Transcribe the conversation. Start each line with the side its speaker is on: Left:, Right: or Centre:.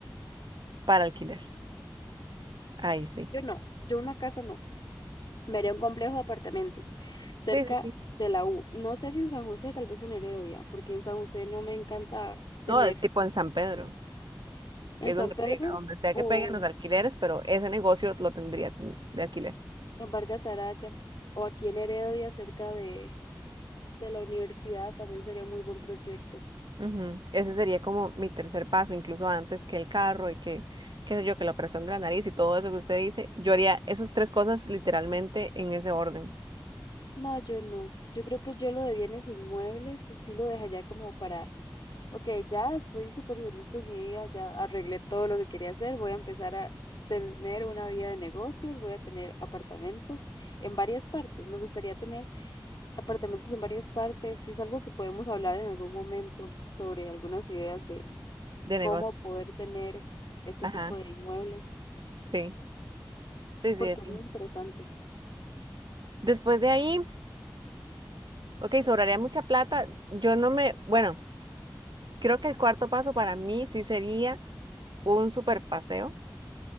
Right: para alquiler. Ahí sí.
Left: yo no, yo una casa no. Me haría un complejo de apartamentos cerca
Right: Sí, sí, sí.
Left: de la U. No sé si en San José, tal vez en Heredia, porque en San José no me encanta tener
Right: No, eh, tipo en San Pedro,
Left: en
Right: que es
Left: San
Right: donde
Left: Pedro
Right: pega, donde sea
Left: o
Right: que peguen los alquileres, pero ese negocio lo tendría de alquiler.
Left: en Vargas Araya o aquí en Heredia cerca de de la universidad también sería muy buen proyecto.
Right: Ujú. Ese sería como mi tercer paso, incluso antes que el carro y que, qué sé yo, que la operación de la nariz y todo eso que usted dice. Yo haría esas tres cosas literalmente en ese orden
Left: No, yo no. Yo creo que yo lo de bienes inmuebles sí lo dejaría como para, ok, ya estoy súper feliz con mi vida, ya arreglé todo lo que quería hacer, voy a empezar a tener una vida de negocios, voy a tener apartamentos en varias partes. Me gustaría tener apartamentos en varias partes. y es algo que podemos hablar en algún momento sobre algunas ideas de
Right: de negocio.
Left: cómo poder tener este
Right: Ajá,
Left: tipo de inmuebles,
Right: sí, sí, sí,
Left: porque
Right: sí.
Left: es muy interesante,
Right: Después de ahí, ok, sobraría mucha plata. Yo no me, bueno, creo que el cuarto paso para mí sí sería un super paseo